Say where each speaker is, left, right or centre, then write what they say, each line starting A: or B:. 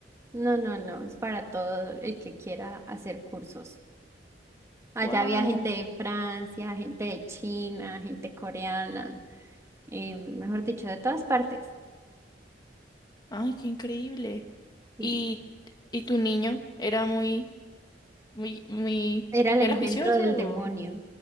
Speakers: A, on the right; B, on the left.
A: No, no, no, es para todo el que quiera hacer cursos. Allá
B: ¡Wow!
A: había gente de Francia, gente de China, gente coreana, eh, mejor dicho, de todas partes.
B: ¡Ay, qué increíble!
A: Sí,
B: ¿Y, y tu niño era muy, muy, muy,
A: era el
B: era
A: engendro
B: juicioso?
A: del demonio.